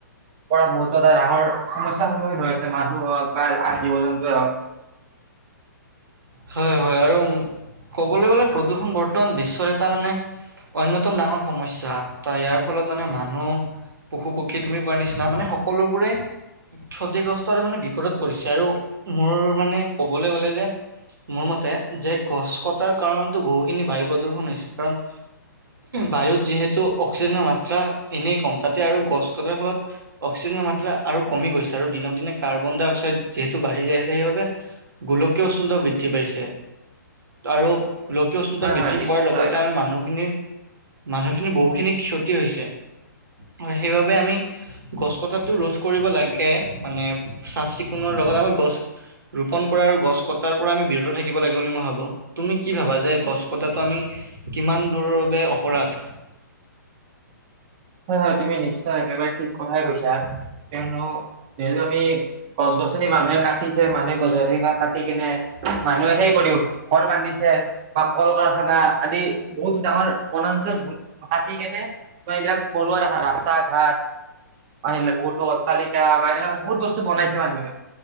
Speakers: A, on the right; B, on the right.
A: পৰা বহুতো এটা ডাঙৰ সমস্যাৰ সন্মুখীন হৈ আছে মানুহ হওক বা আন জীৱ জন্তুৱে হওক
B: হয় হয় আৰু ক'বলৈ গ'লে প্ৰদূষণ বৰ্তমান বিশ্বৰ এটা মানে অন্যতম ডাঙৰ সমস্যা ত ইয়াৰ ফলত মানে মানুহ পশু পক্ষী তুমি কৱাৰ নিচিনা মানে সকলোবোৰে ক্ষতিগ্ৰস্তৰ আৰু মানে বিপদত পৰিছে, আৰু মোৰ মানে ক'বলৈ গ'লে যে মোৰ মতে যে গছ কটাৰ কাৰণোত বহুখিনি বায়ু প্ৰদূ্ষণ হৈছে, কাৰণ বায়ুত যিহেতু অক্সিজেনৰ মাত্ৰা এনেই কম, তাতে আৰু গছ কটাৰ ফলত অক্সিজেনৰ মাত্ৰা আৰু কমি গৈছে, আৰু দিনক দিনে কাৰ্বন ডাই অক্সাইড যিহেতু বাঢ়ি যায় আছে সেইবাবে গোলকীয় উষ্ণতাও বৃদ্ধ বৃদ্ধি পাইছে, আৰু গোলকীয় উষ্ণতা
A: হয়
B: বৃদ্ধি
A: হয় নিশ্চয়
B: পোৱাৰ লগতে আমি মানুহখিনিৰ মানুহখিনি বহুখিনি ক্ষতি হৈছে, হয় সেইবাবে আমি গছ কটাটো ৰোধ কৰিব লাগে, মানে চাফ চিকুণৰ লগত আমি গছ ৰোপণ কৰা আৰু গছ কটাৰ পৰা আমি বিৰত থাকিব লাগে বুলি মই ভাবো। তুমি কি ভাবা যে গছ কটাতো আমি কিমান দূৰৰ বাবে অপৰাধ?
A: হয় হয় তুমি নিশ্চয় একেবাৰে ঠিক কথাই কৈছা, কিয়নো যিহেতু আমি গছ গছনি মানুহে কাটিছে, মানুহে গছ গছনি ভাগ কাটি কেনে মানুহে সেই কৰিও ঘৰ বান্ধিছে, বা কল কাৰখানা আদি বহুত ডাঙৰ বনাঞ্চল ধ্বং কাটি কেনে বা এইবিলাক বনোৱা ৰাস্তা ঘাট আহিলে বহুতো অট্টালিকা বা তেনেকা বহুত বস্তু বনাইছে মানুহে।